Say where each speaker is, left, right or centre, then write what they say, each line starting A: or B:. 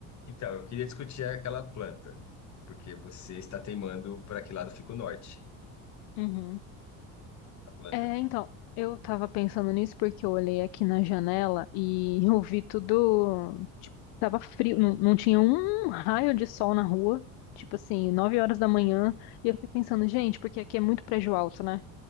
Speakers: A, on the left (about 45°); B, on the left (about 65°).
A: Então, eu queria discutir aquela planta, porque você está teimando para que lado fica o norte,
B: Uhum.
A: a planta.
B: É, então, eu tava pensando nisso porque eu olhei aqui na janela e <laughs> eu vi tudo, tipo, tava frio, não, não tinha um raio de sol na rua, tipo assim, nove horas da manhã, e eu fiquei pensando, gente, porque aqui é muito prédio alto, né?